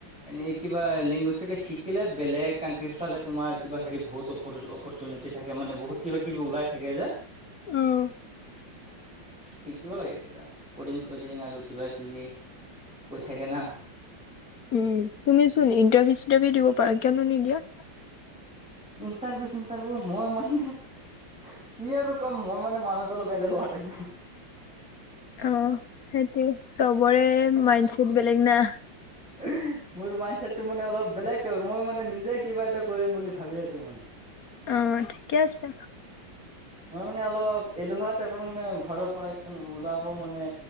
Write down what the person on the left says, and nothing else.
উম।
উম তুমি চোন ইণ্টাৰভিউ চিটাৰভিউ দিব পাৰা কিয়নো নিদিয়া?
অ' সেইটোৱে চবৰে মাইণ্ড ছেট বেলেগ না।
অ' ঠিকে আছে।